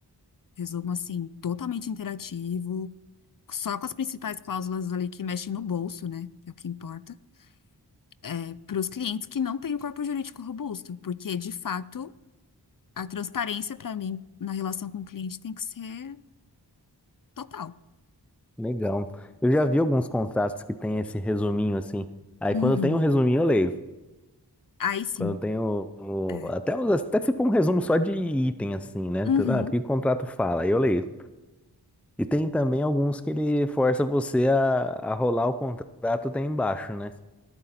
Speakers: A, on the left (about 55°); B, in the centre.
A: resumo assim, totalmente interativo só com as principais cláusulas ali que mexem no bolso, né? Que é o que importa. É para os clientes que não têm o corpo jurídico robusto, porque de fato a transparência para mim na relação com o cliente tem que ser total.
B: Legal. Eu já vi alguns contratos que tem esse resuminho assim. Aí
A: Uhum.
B: quando tem o resuminho eu leio.
A: Aí sim.
B: Quando tem o, o-
A: É.
B: até, os- até se for um resumo só de item assim, né?
A: Uhum.
B: Tudo, Ah, o que o contrato fala? Aí eu leio. E tem também alguns que ele força você a, a rolar o contrato até embaixo, né?